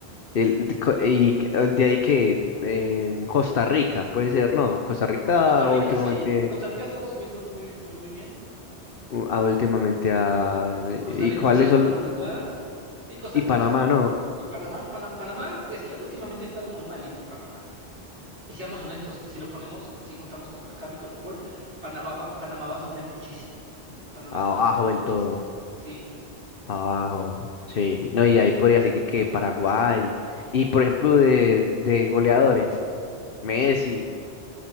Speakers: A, on the left; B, on the right.
A: El, de co- y que- el de ahí que eh, Costa Rica, puede ser, ¿no? Costa Rica
B: Costa Rica
A: últimamente,
B: sí, Costa Rica ha estado subiendo muy, muy, muy bien.
A: u- ah, últimamente a,
B: Costa
A: ¿y
B: Rica
A: cuáles
B: un séptimo
A: son? lo-
B: lugar. Sí, Costa
A: Y
B: Rica
A: Panamá,
B: un séptimo
A: ¿no?
B: lugar. Y Panamá, Pana- Panamá, es que últimamente ha estado muy malito Panamá. Y seamos honestos, si lo ponemos, si juntamos con CONCACAF y con Mebol, Panamá, va- Panamá va a sufrir muchísimo. Panamá
A: Abajo
B: sí va a sufrir
A: del
B: muchísimo.
A: todo.
B: Sí.
A: Abajo, sí. No, y ahí podría seguir que Paraguay. Y por ejemplo, de, de goleadores, Messi,